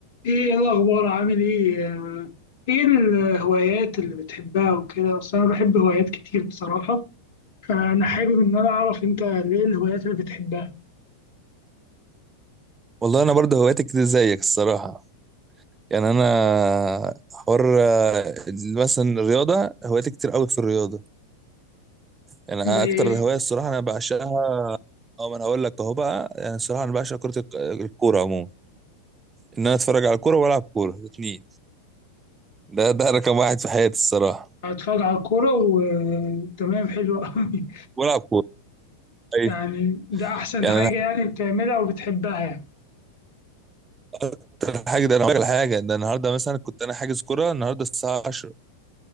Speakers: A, on the left (about 50°); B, on the right (about 20°).
A: ايه إيه الاخبار عامل ايه آه، ايه الهوايات اللي بتحبها وكده اصل انا بحب هوايات كتير بصراحه فانا حابب ان انا اعرف انت ايه الهوايات اللي بتحبها
B: والله انا برضه هواياتي كتير زيك الصراحه يعني انا حوار آه، مثلا الرياضه هواياتي كتير قوي في الرياضه يعني أنا
A: زي
B: اكتر
A: ايه
B: هوايه الصراحه انا بعشقها اه ما انا هقول لك اهو بقى يعني الصراحه انا بعشق كره الك- الكوره عموما ان انا اتفرج على الكوره والعب كوره الاثنين ده ده رقم واحد في حياتي الصراحه
A: اتفرج على الكوره وتمام حلو قوي
B: والعب كوره
A: <laughs>
B: ايوه
A: يعني ده احسن
B: يعني
A: حاجه
B: انا
A: يعني بتعملها وبتحبها يعني
B: حتى الحاجه ده انا هقول لك على حاجه ده النهارده مثلا كنت انا حاجز كوره النهارده الساعه 10